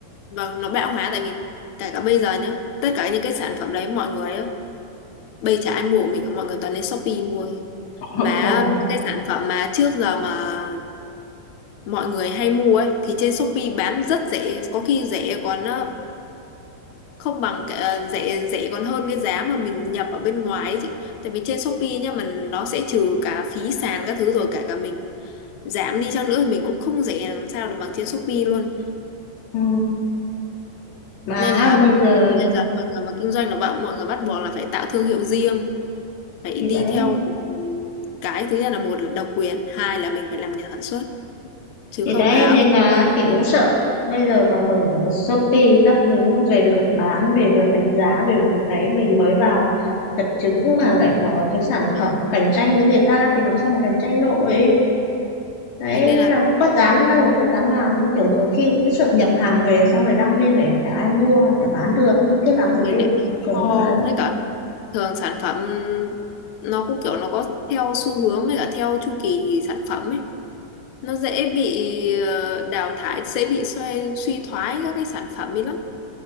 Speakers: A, on the left; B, on the left.
A: vâng nó bão hòa tại vì kể cả bây giờ nhá tất cả những cái sản phẩm đấy mọi người á bây chả ai mua của mình cả, mọi người toàn lên Shopee mua thôi.
B: <laughs>
A: mà
B: Ồ.
A: những cái sản phẩm mà trước giờ mà mọi người hay mua ấy thì trên Shopee bán rất rẻ có khi rẻ còn ờ, không bằng cái, ờ, rẻ rẻ còn hơn cái giá mà mình nhập ở bên ngoài ấy chị tại vì trên Shopee nhá mà nó sẽ trừ cả phí sàn các thứ rồi cả cả mình giảm đi chăng nữa thì mình cũng không rẻ làm sao được bằng trên Shopee luôn
B: Ừ. Mà
A: nên là
B: bây giờ
A: bây giờ mọi người mà kinh doanh là bạn mọi người bắt buộc là phải tạo thương hiệu riêng phải
B: thì đấy
A: đi theo một cái thứ nhất là một là độc quyền hai là mình phải làm nhà sản xuất chứ
B: thì
A: không
B: đấy
A: là
B: nên là chị cũng sợ bây giờ mà mở Shopee các thứ về lượt bán về lượt đánh giá về lượt ấy mình mới vào tập trứng mà lại có cái sản
A: vâng
B: phẩm cạnh tranh với người ta thì làm sao mà cạnh tranh nổi đấy
A: thế nên
B: nên
A: là
B: là có dám đâu có dám làm đâu kiểu nhiều khi cứ sợ nhập hàng về xong rồi đăng lên này chả ai mua chả bán được nhưng cứ làm
A: mình
B: thật đấy
A: lại tồn kho
B: kiểu như là ấy
A: với cả thường sản phẩm nó cũng kiểu nó có theo xu hướng với cả theo chu kỳ sản phẩm ấy nó dễ bị ờ, đào thải dễ bị suy suy thoái các cái sản phẩm ấy lắm